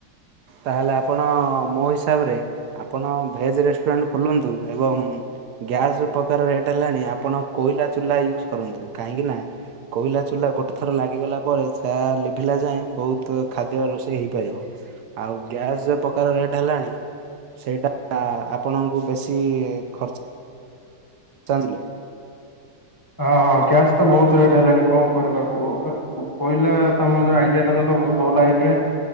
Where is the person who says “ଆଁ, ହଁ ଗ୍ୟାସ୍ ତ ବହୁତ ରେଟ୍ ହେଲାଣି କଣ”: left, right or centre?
Left